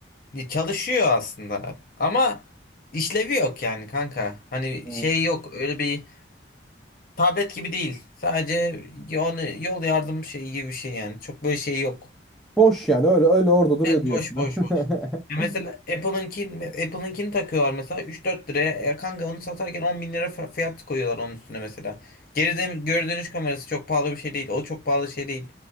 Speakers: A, on the left (about 50°); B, in the centre.
A: Ya Çalışıyor aslında abi. Ama işlevi yok yani kanka. Hani
B: Hmm.
A: şey yok öyle bir tablet gibi değil. Sadece yani yol yardım şeyi gibi bir şey yani. Çok böyle şey yok.
B: Boş yani öyle öyle orada duruyor
A: Evet
B: diyorsun.
A: boş boş boş.
B: <laughs>
A: Ya Mesela Apple'ınki Apple'ınkini takıyorlar mesela üç dört liraya. E, kanka onu satarken 10 bin lira fa- fiyat koyuyorlar onun üstüne mesela. Geri dön- geri dönüş kamerası çok pahalı bir şey değil. O çok pahalı şey değil.